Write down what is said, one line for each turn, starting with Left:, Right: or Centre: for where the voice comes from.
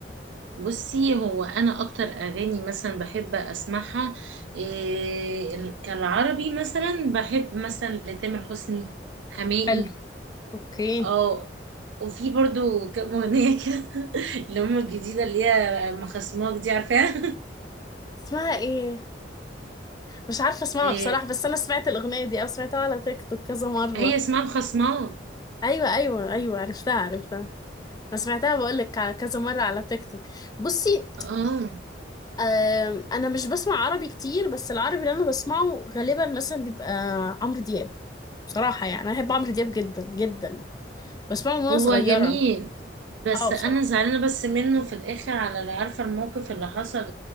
Right: بصي هو أنا أكتر أغاني مثلا بحب أسمعها إيه ال- كالعربي مثلا بحب مثلا لتامر حسني حماقي
Left: حلو اوكي
Right: اه وفي برضو كام أغنية كده <laughs> اللي هم الجديدة اللي هي مخصماك دي عارفاها
Left: اسمها ايه مش عارفة اسمها
Right: <laughs> إيه
Left: بصراحة بس انا سمعت الاغنية دي انا سمعتها على تيك توك كذا مرة
Right: هي اسمها مخصماك
Left: ايوه ايوه ايوه عرفتها عرفتها انا سمعتها بقولك على كذا مرة على تيك توك بصي
Right: اه
Left: آم، انا مش بسمع عربي كتير بس العربي اللي انا بسمعه غالبا مثلا بيبقى عمرو دياب بصراحة يعني انا بحب عمرو دياب جدا جدا بسمعه من وانا
Right: هو
Left: صغيرة
Right: جميل بس
Left: اه بصراحة
Right: انا زعلانه بس منه في الاخر على اللي عارفه الموقف اللي حصل